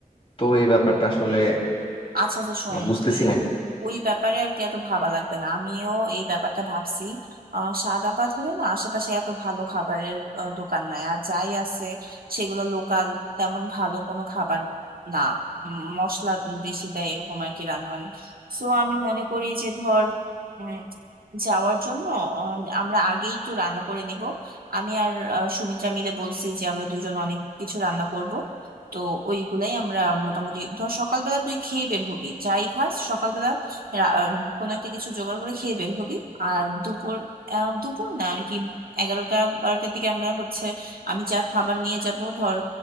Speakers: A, on the left (about 40°); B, on the right (about 80°).
A: তো এই ব্যাপারটা আসলে
B: আচ্ছা আচ্ছা শোন
A: বুঝতেছি না
B: ওই ব্যাপারে আর কি এত ভাবা লাগবে না আমিও এই ব্যাপারটা ভাবছি আহ সাদাপাত হলে না আশেপাশে এত ভালো খাবারের আহ, দোকান নাই আর যাই আছে সেগুলো লোকাল তেমন ভালো কোনো খাবার না উম, মশলা বেশি দেয় এরকম আর কি রান্না বান্না সো আমি মনে করি যে ধর উম, যাওয়ার জন্য আহ, আমরা আগেই তো রান্না করে নিব আমি আর আহ, সুমিত্রা মিলে বলছি যে আমরা দুজন অনেক কিছু রান্না করব তো ওইগুলাই আমরা মোটামুটি ধর সকালবেলা তুই খেয়ে বের হবি যাই খাস রা- উম, কোনো একটা কিছু জোগাড় করে খেয়ে বের হবি আর দুপুর আহ, দুপুর না আর কি এগারোটা বারোটার দিকে আমরা হচ্ছে আমি যা খাবার নিয়ে যাব ধর